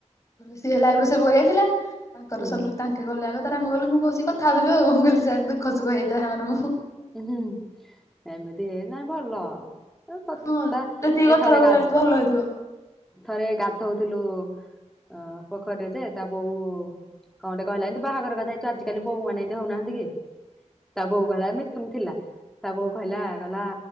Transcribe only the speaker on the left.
ସିଏ ହେଲା ଆଇବ୍ରୋ ସେପ କରି ଆଇଥିଲା। ତାଙ୍କର
ସରି ତାଙ୍କେ ଗଲେ ଆଗ ତାରେ ଆମେ ଗଲୁନୁ ମୁଁ ବସି କଥା କଥା ହେବିଲୋ, ମୁଁ କହିଲି ଚାଲ୍ ଦୁଃଖ ସୁୁଖ ହେଇଥାଏ ଆମର ମୁଁ
ହଁ ଯେତିକି କଥା
ଲାଗୁଛି ଭଲ ହେଇଥିବ।